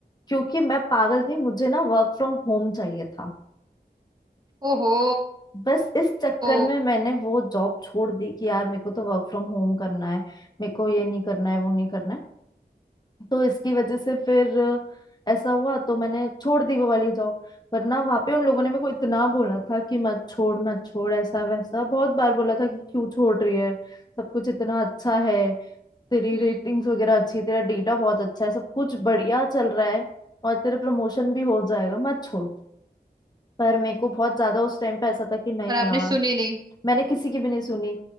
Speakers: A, on the left (about 25°); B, on the right (about 25°).
A: क्योंकि मैं पागल थी मुझे ना वर्क फ्रॉम होम चाहिए था
B: ओहो
A: बस इस चक्कर
B: ओ,
A: में मैंने वो जॉब छोड़ दी कि यार मेरे को तो वर्क फ्रॉम होम करना है मेरे को ये नहीं करना है वो नहीं करना है तो इसकी वजह से फिर ऐसा हुआ तो मैंने छोड़ दी वो वाली जॉब वरना वहां पे उन लोगों ने मेरे को इतना बोला था कि मत छोड़ मत छोड़ ऐसा वैसा बहुत बार बोला था कि क्यों छोड़ रही है सब कुछ इतना अच्छा है तेरी
B: हम्म
A: रेटिंग्स वगैरह अच्छी तेरा डेटा बहुत अच्छा है सब कुछ बढ़िया चल रहा है और तेरा प्रमोशन भी हो जाएगा मत छोड़ पर मेरे को बहुत ज्यादा उस टाइम पे ऐसा था कि नहीं
B: पर आपने
A: यार
B: सुनी नहीं
A: मैंने किसी की भी नहीं सुनी